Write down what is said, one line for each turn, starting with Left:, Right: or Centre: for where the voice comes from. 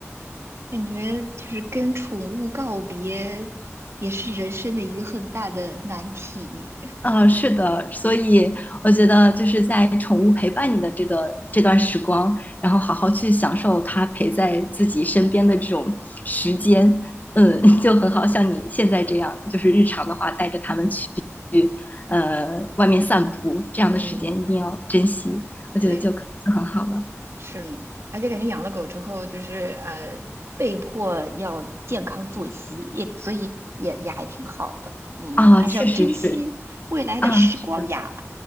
Right: 感觉就是跟宠物告别，也是人生的一个很大的难题。
Left: 嗯，是的，所以我觉得就是在宠物陪伴你的这个这段时光，然后好好去享受它陪在自己身边的这种时间，嗯，<laughs> 就很好，像你现在这样，就是日常的话带着它们去去呃外面散步，这样的时间一定要珍惜，
Right: 嗯，
Left: 我觉得就可就很好了
Right: 对，是呢。而且感觉养了狗之后，就是呃，被迫要健康作息，也所以也也还挺好的。嗯，
Left: 啊，
Right: 还是要珍惜未来的时光呀。
Left: 确实是啊，是的。<laughs>